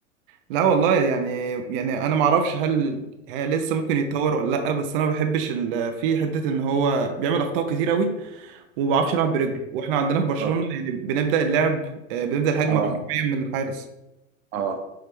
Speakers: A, on the right; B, on the right.
A: لا والله يعني يعني انا ما اعرفش هل هي لسه ممكن يتطور ولا لا بس انا ما بحبش ال- آه، في حته ان هو بيعمل اخطاء كتير قوي وما بيعرفش يلعب برجله واحنا عندنا في برشلونه
B: اه
A: يعني بنبدا اللعب آه، بنبدا الهجمه
B: اه
A: حرفيا من الحارس
B: اه